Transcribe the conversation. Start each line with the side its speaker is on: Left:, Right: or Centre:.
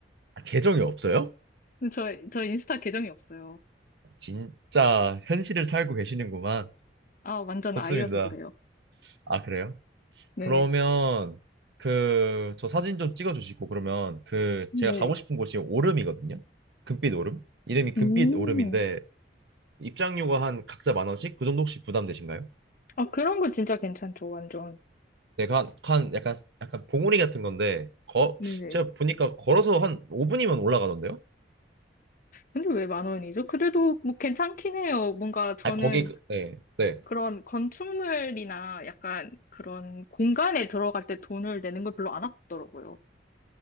Right: 아, 계정이 없어요?
Left: 저, 저 인스타 계정이 없어요.
Right: 진짜 현실을 살고 계시는구만.
Left: 아, 완전
Right: 좋습니다.
Left: 아이여서 그래요.
Right: 아, 그래요?
Left: 네네.
Right: 그러면 그 저 사진 좀 찍어주시고 그러면 그
Left: 네.
Right: 제가 가고 싶은 곳이 오름이거든요. 금빛 오름. 이름이 금빛
Left: 음.
Right: 오름인데 입장료가 한 각자 만 원씩 그 정도 혹시 부담되신가요?
Left: 아, 그런 거 진짜 괜찮죠, 완전.
Right: 네, 그 한, 한 약간 약간 봉우리 같은 건데 거
Left: 네네.
Right: 제가 보니까 걸어서 한 5분이면 올라가던데요?
Left: 근데 왜 만 원이죠? 그래도 뭐 괜찮긴 해요. 뭔가 저는
Right: 아 거기 그- 네, 네.
Left: 그런 건축물이나 약간 그런 공간에 들어갈 때 돈을 내는 걸 별로 안 아깝더라고요.